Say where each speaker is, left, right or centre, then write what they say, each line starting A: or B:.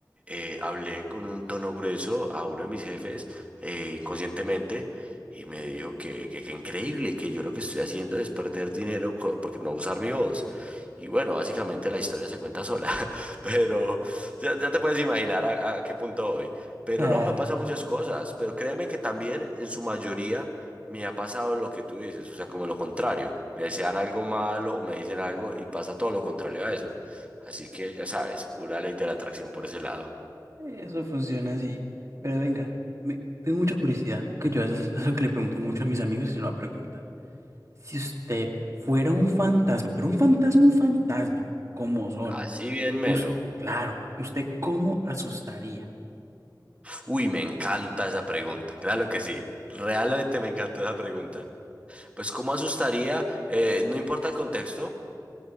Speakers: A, on the right; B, on the right.
A: eh, hablé con un tono grueso a uno de mis jefes eh, inconscientemente y me dijo que, que, que increíble, que yo lo que estoy haciendo es perder dinero co- porque no usar mi voz. Y bueno, básicamente la historia se cuenta sola, <laughs> pero ya, ya te puedes imaginar a, a qué punto voy. Pero
B: Claro,
A: no, me han pasado muchas cosas, pero créeme que también en su mayoría me ha pasado lo que tú dices, o sea, como lo contrario. Me desean algo malo o me dicen algo y pasa todo lo contrario a eso. Así que ya sabes, pura ley de la atracción por ese lado.
B: eso funciona así. Pero venga, me- tengo mucha curiosidad, porque yo a veces es algo que le pregunto mucho a mis amigos y se lo voy a preguntar. Si usted fuera un fantasma, pero un fantasma, un fantasma, como son?
A: Así bien, Melo.
B: Us- claro, ¿usted cómo asustaría?
A: Uy, me encanta esa pregunta. Claro que sí. Realmente me encantó esa pregunta. Pues, ¿cómo asustaría? Eh, no importa el contexto.